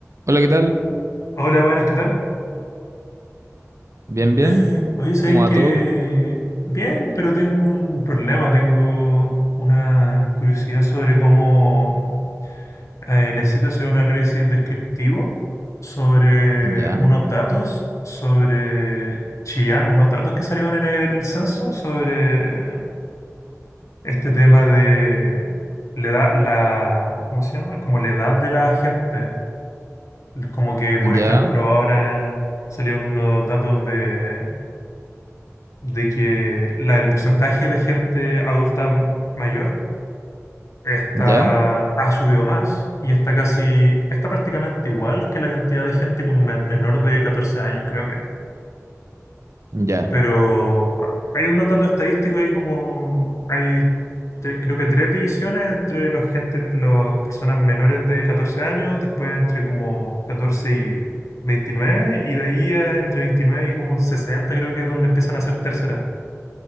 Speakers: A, on the right; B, on the left.
A: Hola, ¿qué tal?
B: Hola, buenas, ¿qué tal?
A: Bien, bien.
B: Eh, oye, sabéis
A: ¿Cómo va
B: que
A: todo?
B: bien, pero tengo un problema, tengo una curiosidad sobre cómo eh, necesito hacer un análisis descriptivo sobre
A: Ya,
B: unos datos, sobre Chillán, unos datos que salieron en el censo sobre este tema de la edad, la, ¿cómo se llama? Como la edad de la gente. Como que,
A: ya,
B: por ejemplo, ahora salieron unos datos de de que la, el porcentaje de gente adulta m- mayor está,
A: ya,
B: ha subido más y está casi, está prácticamente igual que la cantidad de gente como men- menor de 14 años, creo que era.
A: ya,
B: Pero ah, hay unos datos estadísticos ahí como, hay tres- creo que tres divisiones entre los gente, las personas menores de 14 años, después entre como 14 y 29 y de ahí a entre 29 y como 60 creo que es donde empiezan a ser terceras